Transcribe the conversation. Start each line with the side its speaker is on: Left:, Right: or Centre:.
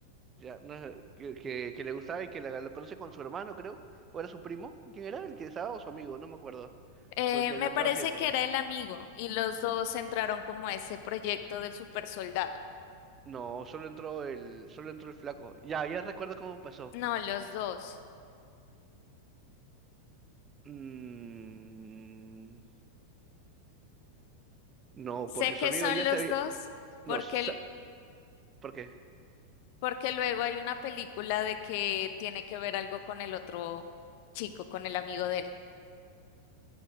Right: ya, no, sé, que, que, que le gustaba y que la, la conoce con su hermano, creo, o era su primo, ¿quién era? El que estaba o su amigo, no me acuerdo,
Left: Eh,
Right: con el que
Left: me
Right: andaba
Left: parece
Right: siempre.
Left: que era el amigo y los dos entraron como a ese proyecto del super soldado.
Right: No, solo entró el, solo entró el flaco. Ya, ya recuerdo cómo pasó.
Left: No, los dos.
Right: Mm, no,
Left: Sé
Right: porque
Left: que
Right: su amigo
Left: son
Right: ya
Left: los
Right: se había,
Left: dos porque,
Right: no, sa-
Left: l-
Right: ¿por qué?
Left: porque luego hay una película de que tiene que ver algo con el otro chico, con el amigo de él.